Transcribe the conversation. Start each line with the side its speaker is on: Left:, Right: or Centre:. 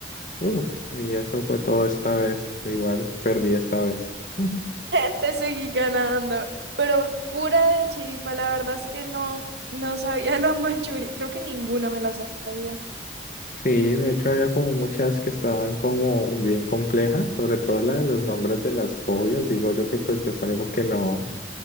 Left: Uf, y eso fue todo esta vez. Igual perdí esta vez. Ujú.
Right: <laughs> te seguí ganando. Pero pura de chiripa, la verdad es que no, no sabía <laughs> la mayoría. Creo que ninguna me la sabía.
Left: Sí, de hecho había como muchas que estaban como bien complejas, sobre todo la de los nombres de las fobias. Digo yo que pues es algo que no,